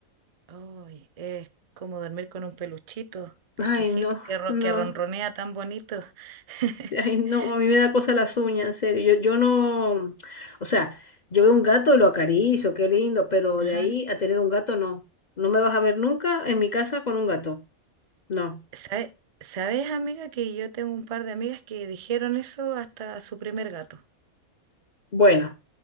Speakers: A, on the right; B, on the left.
A: Uy, es como dormir con un peluchito
B: Ay,
A: exquisito
B: no,
A: que, ro-
B: no,
A: que ronronea tan bonito. <laughs>
B: sí, ay, no, a mí me da cosa las uñas, en serio. Yo, yo no, o sea, yo veo un gato y lo acaricio, qué lindo, pero
A: Ajá.
B: de ahí a tener un gato, no. No me vas a ver nunca en mi casa con un gato, no.
A: ¿Sabe- ¿Sabes, amiga, que yo tengo un par de amigas que dijeron eso hasta a su primer gato?
B: Bueno.